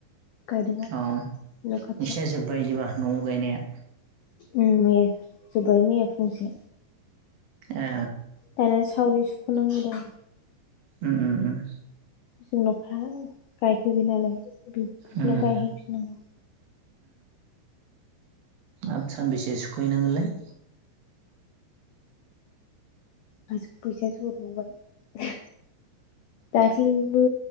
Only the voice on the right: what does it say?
औ नोंसिना
जोब्बाय इदिबा? न' आव गायनाया।
ए
उम
उम उम
आरो सानबेसे सुख'हैनांगोनलाय।